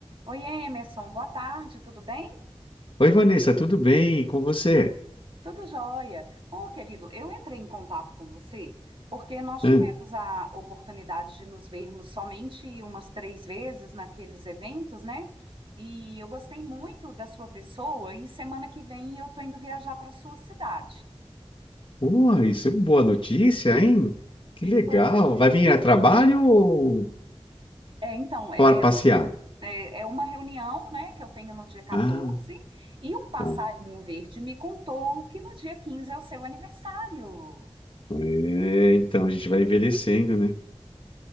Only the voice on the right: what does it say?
Oi, Emerson, boa tarde, tudo bem?
Tudo jóia. Ô, querido, eu entrei em contato com você porque nós tivemos
a oportunidade de nos vermos somente umas três vezes naqueles eventos, né? E eu gostei muito da sua pessoa e semana que vem eu tô indo viajar para sua cidade.
Pois é.
É, então, é,
é, é uma reunião, né, que eu tenho no dia 14
e um passarinho
verde me contou que no dia 15 é o seu aniversário.